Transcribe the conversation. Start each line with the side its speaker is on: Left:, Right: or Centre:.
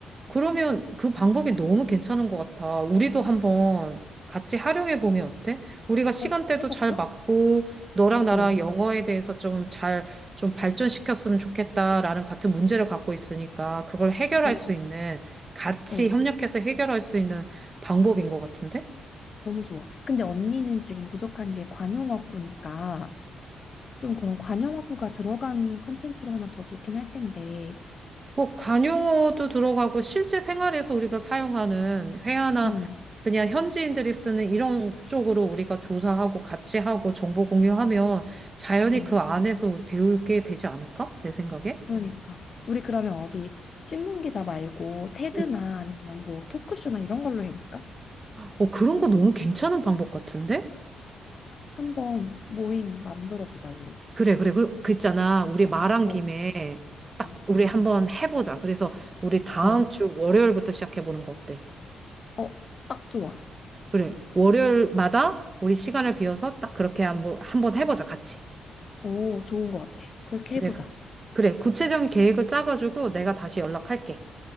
Right: 그러면 그 방법이 너무 괜찮은 것 같아. 우리도 한번 같이 활용해 보면 어때? 우리가 시간대도
Left: 어, 해볼까?
Right: 잘 맞고, 너랑
Left: 어,
Right: 나랑
Left: 어,
Right: 영어에 대해서 좀 잘, 좀 발전시켰으면 좋겠다라는 같은 문제를 갖고 있으니까, 그걸 해결할
Left: 어,
Right: 수 있는, 같이
Left: 어.
Right: 협력해서 해결할 수 있는 방법인 것 같은데?
Left: 너무 좋아. 근데 언니는 지금 부족한 게 관용어구니까 좀 그런 관용어구가 들어간 컨텐츠로 하면 더 좋긴 할 텐데.
Right: 뭐 관용어도 들어가고 실제 생활에서 우리가 사용하는 회화나
Left: 음,
Right: 그냥 현지인들이 쓰는 이런 쪽으로 우리가 조사하고 같이 하고 정보 공유하면 자연히
Left: 음,
Right: 그 안에서 배우게 되지 않을까? 내 생각에.
Left: 그러니까. 우리 그러면 어디 신문 기사 말고 테드나
Right: 음.
Left: 아니면 뭐 토크쇼나 이런 걸로 해볼까?
Right: 어, 그런 거 너무 괜찮은 방법 같은데?
Left: 한번 모임 만들어 보자 우리.
Right: 그래, 그래. 그, 그 있잖아. 우리 말한
Left: 어,
Right: 김에 딱
Left: 어,
Right: 우리 한번 해보자. 그래서 우리 다음
Left: 어,
Right: 주 월요일부터 시작해보는 거 어때?
Left: 어, 딱 좋아.
Right: 그래. 월요일마다 우리 시간을 비워서 딱 그렇게 한번, 한번 해보자. 같이.
Left: 오, 좋은 것 같아. 그렇게
Right: 그래,
Left: 해보자.
Right: 그래. 그래, 구체적인 계획을 짜가지고 내가 다시 연락할게.